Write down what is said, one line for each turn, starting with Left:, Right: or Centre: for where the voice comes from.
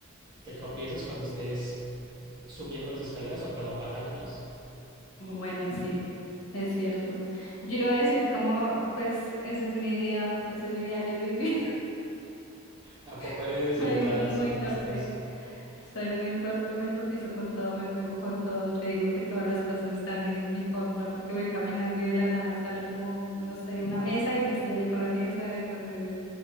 Right: te tropiezas cuando estés subiendo las escaleras o, perdón, bajándolas.
Left: Bueno, sí, es cierto. Yo iba a decir como, pues ese es mi día, ese es mi diario vivir.
Right: ¿A poco
Left: <laughs>
Right: eres
Left: Soy
Right: delicada?
Left: muy
Right: Siempre
Left: torpe,
Right: estás...
Left: soy muy torpe, me tropiezo con todo, me pego con todo. Yo digo que todas las cosas están en mi contra porque voy caminando y de la nada sale como, no sé, una mesa y me estrello con la mesa. Entonces,